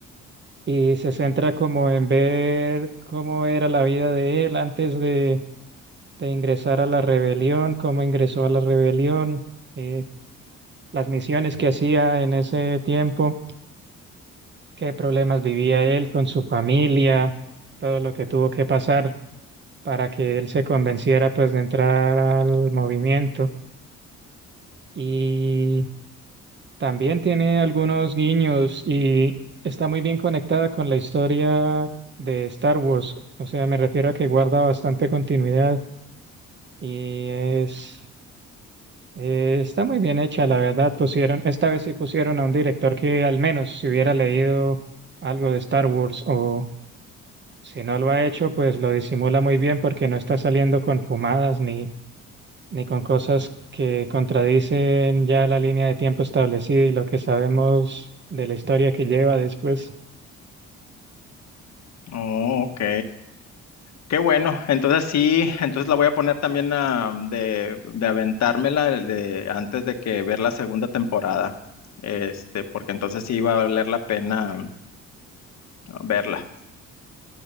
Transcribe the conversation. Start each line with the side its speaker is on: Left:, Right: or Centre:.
Right: y se centra como en ver cómo era la vida de él antes de, de ingresar a la rebelión, cómo ingresó a la rebelión. eh, las misiones que hacía en ese tiempo, qué problemas vivía él con su familia, todo lo que tuvo que pasar para que él se convenciera pues de entrar al movimiento. Y también tiene algunos guiños y está muy bien conectada con la historia de Star Wars. O sea, me refiero a que guarda bastante continuidad y es Eh, está muy bien hecha, la verdad. Pusieron, esta vez sí pusieron a un director que al menos si hubiera leído algo de Star Wars o si no lo ha hecho, pues lo disimula muy bien porque no está saliendo con fumadas ni, ni con cosas que contradicen ya la línea de tiempo establecida y lo que sabemos de la historia que lleva después.
Left: Oh, ok. Qué bueno. Entonces sí, entonces la voy a poner también ah, de, de aventármela de, antes de que ver la segunda temporada. Este, porque entonces sí va a valer la pena mm, verla.